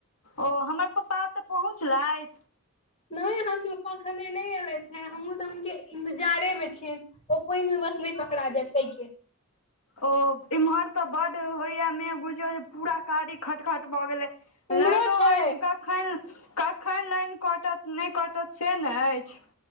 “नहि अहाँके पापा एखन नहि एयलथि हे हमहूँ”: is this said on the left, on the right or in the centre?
Left